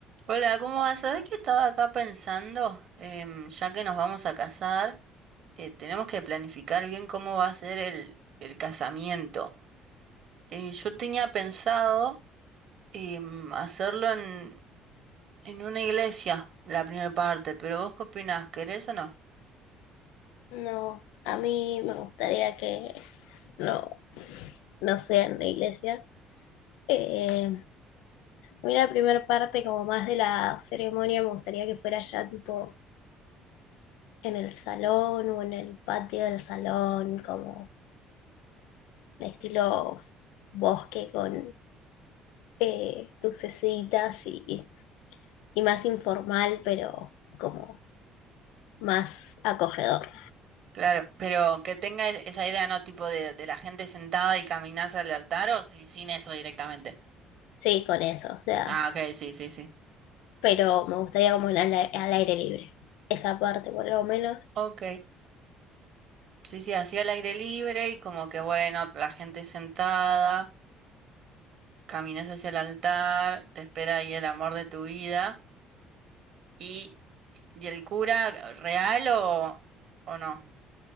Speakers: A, on the right; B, on the left.
A: Hola, ¿cómo vas? Sabés que estaba acá pensando, Em, ya que nos vamos a casar, eh, tenemos que planificar bien cómo va a ser el, el casamiento. Eh, yo tenía pensado em, hacerlo en, en una iglesia, la primera parte, pero ¿vos qué opinás? ¿Querés o no?
B: No, a mí me gustaría que no, no sea en la iglesia. Eh, a mí la primera parte, como más de la ceremonia, me gustaría que fuera ya tipo en el salón o en el patio del salón, como de estilo bosque con eh, lucecitas y, y más informal, pero como más acogedor.
A: Claro, pero que tenga e- esa idea, ¿no? Tipo de, de la gente sentada y caminás al altar o si- sin eso directamente.
B: Sí, con eso, o sea,
A: Ah, ok, sí, sí, sí.
B: pero me gustaría como en al, al aire libre. Esa parte, por lo menos.
A: Ok, sí, sí, así al aire libre y como que bueno, la gente sentada. caminas hacia el altar, te espera ahí el amor de tu vida. ¿Y, y el cura real o, o no?